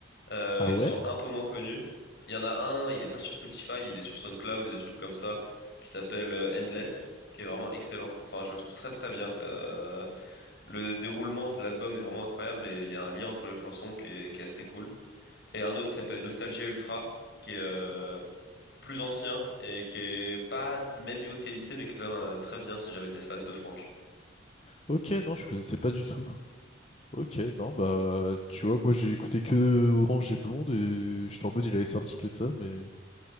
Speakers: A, on the left; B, on the left.
A: euh,
B: Ah
A: qui
B: ouais?
A: sont un peu moins connus. Il y en a un, il est pas sur Spotify, il est sur SoundCloud et des trucs comme ça, qui s'appelle euh, Endless, qui est vraiment excellent. Enfin, je le trouve très très bien. Le, le déroulement de l'album est vraiment incroyable et il y a un lien entre les chansons qui est, qui est assez cool. Et un autre qui s'appelle Nostalgia Ultra, qui est euh, plus ancien et qui est pas du même niveau de qualité, mais qui est quand même euh, très bien si jamais t'es fan de Franck.
B: Ok, non, je connaissais pas du tout. Ok, non, bah, tu vois, moi, j'ai écouté que Orange et Blonde, et j'étais en mode, il avait sorti que ça, mais...